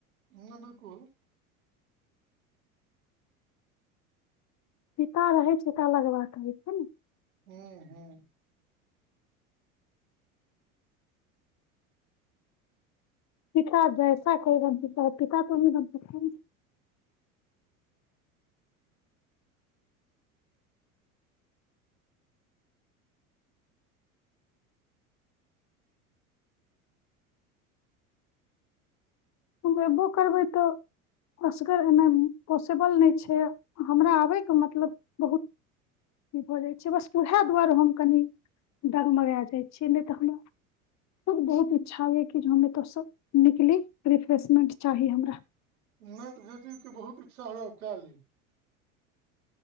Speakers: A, on the right (about 75°); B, on the left (about 40°).
A: ह बिल्कुल
B: पिता रहै छै त अलग बात होय छै ने
A: हू हू
B: पिता जैसा कोई रहल पिता तऽ नहि बनि सकी हम अयबो करबै तऽ असगर एना पॉसिबल नहि छै हमरा आबयके मतलब बहुत ई भऽ जाइ छै बस उह दुआरे हम कनि डगमगाए जाइ छियै नहि तऽ हमरा खुब बहुत इच्छा होए कि हम ओतसँ निकली रिफ्रेशमेंट चाही हमरा
A: नहि त जय्ह चीज के बहुत इच्छा हुए आओ कएली